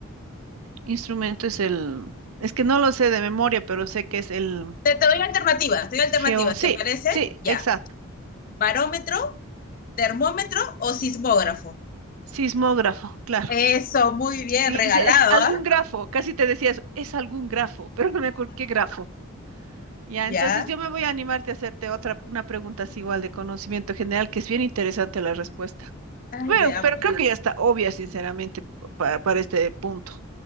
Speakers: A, on the right; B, on the left.
A: instrumento, es el... Es que no lo sé de memoria, pero sé que es el
B: Te, te doy alternativas, te doy alternativas,
A: geo... Sí,
B: ¿te parece?
A: sí,
B: Ya.
A: exacto.
B: ¿Barómetro, termómetro o sismógrafo?
A: Sismógrafo, claro.
B: Eso, muy bien,
A: Y
B: regalado,
A: yo decía, es algún
B: ¿ah?
A: grafo, casi te decía eso, es algún grafo, <laughs> pero no me acuerdo qué grafo. Ya,
B: Ya.
A: entonces yo me voy a animarte a hacerte otra, una pregunta así igual de conocimiento general, que es bien interesante la respuesta.
B: Ay,
A: Bueno,
B: veamos.
A: pero creo que ya está obvia, sinceramente, pa- para este punto.